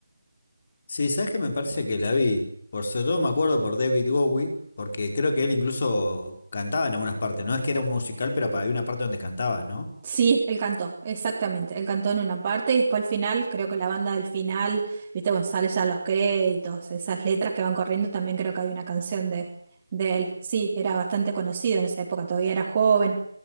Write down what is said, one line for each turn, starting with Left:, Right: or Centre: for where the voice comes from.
Left: Sí, sabes que me parece que la vi, por sobre todo me acuerdo por David Bowie, porque creo que él incluso cantaba en algunas partes, no es que era un musical, pero pa- había una parte donde cantaba, ¿no?
Right: Sí, él cantó, exactamente. Él cantó en una parte y después al final, creo que la banda del final, viste, González ya los créditos, esas letras que van corriendo, también creo que hay una canción de, de él. Sí, era bastante conocido en esa época, todavía era joven.